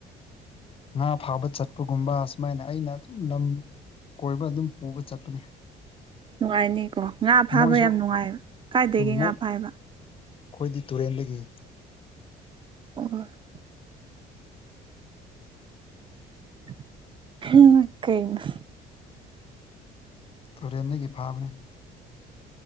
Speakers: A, on the left; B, on the right.
A: ꯉꯥ ꯐꯥꯕ ꯆꯠꯄꯒꯨꯝꯕ ꯁꯨꯃꯥꯏꯅ ꯑꯩꯅ ꯑꯗꯨꯝ ꯂꯝ ꯀꯣꯏꯕ ꯑꯗꯨꯝ ꯄꯨꯕ ꯆꯠꯄꯅꯤ
B: ꯅꯨꯡꯉꯥꯏꯅꯤꯀꯣ ꯉꯥ ꯐꯥꯕ
A: ꯃꯣꯏꯁꯨ
B: ꯌꯥꯝ ꯅꯨꯡꯉꯥꯏꯕ ꯀꯥꯏꯗꯒꯤ ꯉꯥ
A: ꯃꯣꯏ
B: ꯐꯥꯏꯕꯥ
A: ꯑꯩꯈꯣꯏꯗꯤ ꯇꯨꯔꯦꯟꯗꯒꯤ
B: <unintelligible> <unintelligible>
A: ꯇꯨꯔꯦꯟꯗꯒꯤ ꯐꯥꯕꯅꯤ